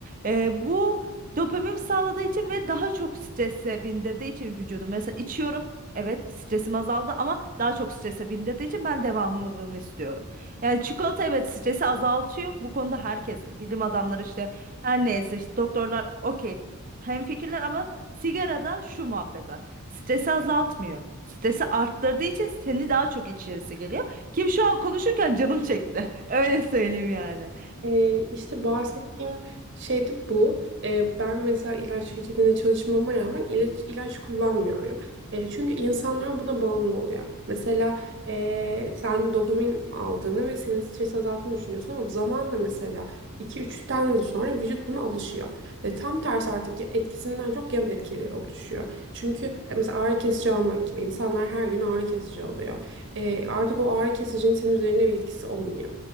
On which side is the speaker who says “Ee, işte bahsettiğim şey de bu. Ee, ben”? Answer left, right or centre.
Right